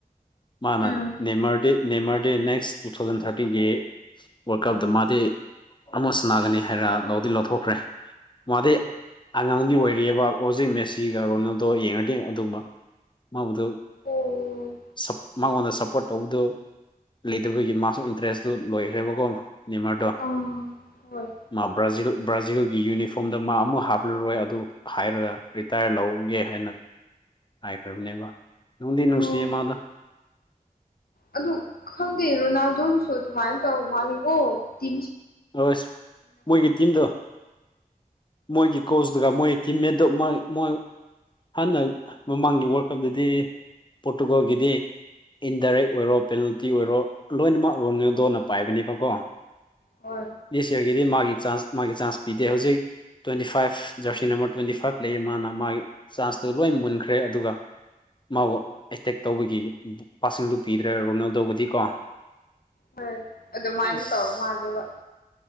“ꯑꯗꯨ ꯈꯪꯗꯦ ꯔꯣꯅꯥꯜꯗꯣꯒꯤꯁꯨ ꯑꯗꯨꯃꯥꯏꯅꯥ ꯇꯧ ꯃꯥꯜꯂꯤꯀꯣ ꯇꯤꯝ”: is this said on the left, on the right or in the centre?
Left